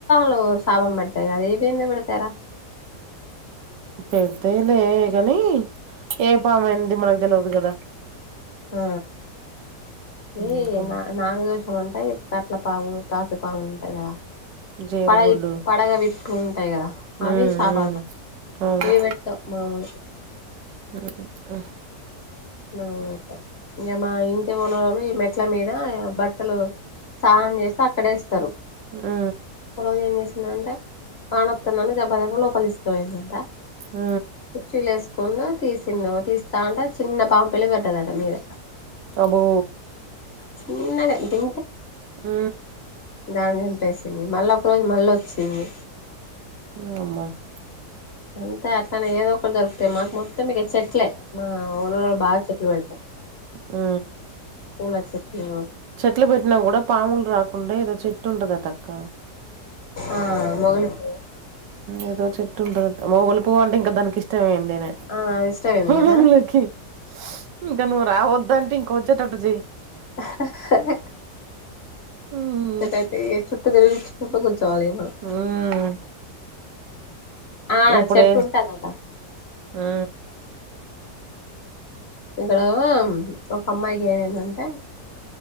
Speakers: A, on the left; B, on the right.
A: లు సాపం పెడతాయి కదా ఇవేమి పెడతాయ్ రా
B: పెడతాయిలే గాని ఏ పామయింది మనకు తెలియదు కదా
A: ఆ ఏ
B: ఇంకో
A: న నాగదోషం అంటే కట్ల పాము త <unintelligible> పాము ఉంటాయి కదా
B: జేరుగుడ్డు
A: పడగ పడగవి ఇట్ ఉంటాయి కదా
B: ఉమ్
A: అవి శాపలు
B: ఉమ్ అవును
A: ఇవి పెట్టావు మామూని
B: ఉ ఆ
A: అవున ఇంక మా ఇంటి ఉన వాళ్ళు ఈ మెట్ల మీద బట్టలు సానం చేస్త అక్కడే <unintelligible> స్తరు
B: ఆ
A: ఒక రోజు ఏం చేసిందంటే వానవతంది గబ గబ లోపలి ఇస్త పోయిందంట
B: ఆ
A: కుచీలు వేసుకుంద తీసిందాం తీస్తా అంటే చిన్న పాం పిల్ల <unintelligible> మీద
B: అబ్బో
A: చిన్నది గింతే
B: ఆ
A: దాన్ని చంపేసింది మళ్ళీ ఒక రోజు మళ్ళ వచ్చింది
B: ఉ
A: అంతే అట్లనే ఏదో ఒకరు దరుకుతాయి మాకు మొత్తం మీక చెట్లే మా <unintelligible> బాగ చెట్లు పెడతారు
B: ఆ
A: పూల చెట్లు
B: చెట్లు పెట్టినా కూడ పాములు రాకుండా ఏదో చెట్టు ఉంటదటక్క
A: ఆ మొగలి <unintelligible>
B: ఏదో చెట్టు ఉంటుంది మోగులి పువ్ అంటే ఇంకా దానికి ఇష్టమే అడి
A: ఆ ఇష్టమైంది
B: <unintelligible>
A: కదా
B: ఇంక నువ్వు రావొద్దు అంటే వచ్చేటట్టు చెయ్
A: <unintelligible>
B: మ్మ్
A: అయితే చుట్ట దె ఫుట కూర్చోవాలి మనం
B: మ్మ్
A: ఆ
B: ఇప్పుడే
A: చెట్టు ఉంటదట
B: ఆ
A: ఇక్కడ ఒక అమ్మాయికి ఏమైందంటే